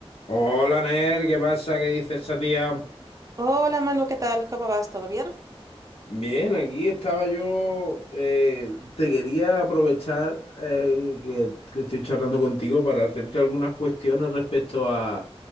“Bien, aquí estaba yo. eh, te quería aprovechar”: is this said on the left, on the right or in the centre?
Left